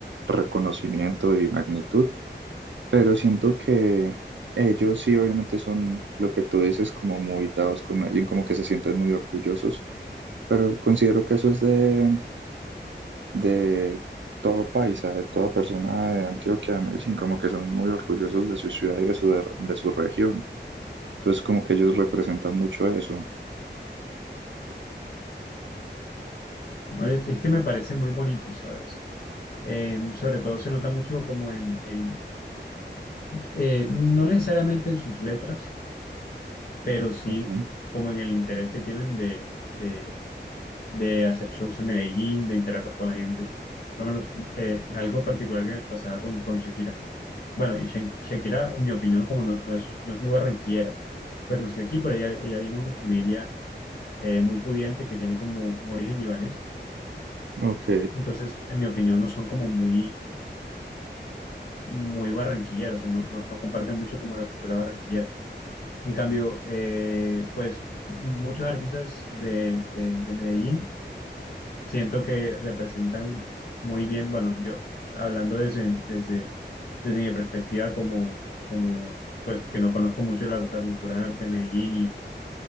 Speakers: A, on the right; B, on the left.
A: reconocimiento y magnitud. Pero siento que ellos sí, obviamente son lo que tú dices, como muy dados con Medellín, como que se sienten muy orgullosos, pero considero que eso es de, de todo paisa, de toda persona de Antioquia, de Medellín, como que son muy orgullosos de su ciudad y de su, de, su región. Entonces, como que ellos representan mucho eso.
B: No, es, es que me parece muy bonito, ¿sabes? Eh, sobre todo se nota mucho como en, en, eh, no necesariamente en sus letras, pero sí
A: Ujú.
B: como en el interés que tienen de, de, de hacer shows en Medellín, de interactuar con la gente. Por lo menos eh, algo particular que me pasaba con, con Shakira. Bueno, y Sha- Shakira, en mi opinión, como no, no es, no es muy barranquillera, pues nació aquí, pero ella, ella viene de una familia eh, muy pudiente que tiene como un origen libanés.
A: Ok,
B: Entonces, en mi opinión, no son como muy, muy barranquilleros, o sea, no, no, no comparten mucho como la cultura barranquillera. En cambio, eh, pues muchos artistas de, de, de Medellín siento que representan muy bien, bueno, yo hablando desde, desde, desde mi perspectiva como, como, pues que no conozco mucho la, la cultura de Medellín y,